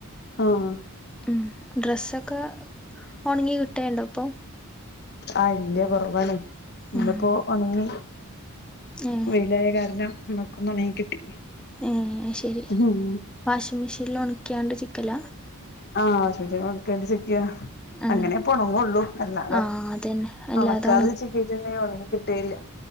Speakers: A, on the left; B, in the centre.
A: ആഹ
B: ഉം ഡ്രസ്സൊക്കെ ഉണങ്ങി കിട്ടണ്ടോ അപ്പൊ
A: ആഹ ഇല്ല കുറവാണ് ഇന്റെപ്പോ
B: ഉം
A: ഉണങ്ങി
B: ഏ
A: വയിലായ കാരണം നക്കൊന്നമീ കിട്ടി
B: ഏ ശെരി
A: ഉം
B: വാഷിംഗ മെഷീനിൽ ഉണിക്കാണ്ട് ചിക്കല
A: ആഹ് ശുചക്ക ചക്കിയ
B: ആ
A: അങ്ങനെ ഉണങ്ങള്ളൂ കാട
B: ആ അതന്നെ അല്ലാതെ
A: ഉണക്കാതെ ചട്ട ഉണ ട്ടേല്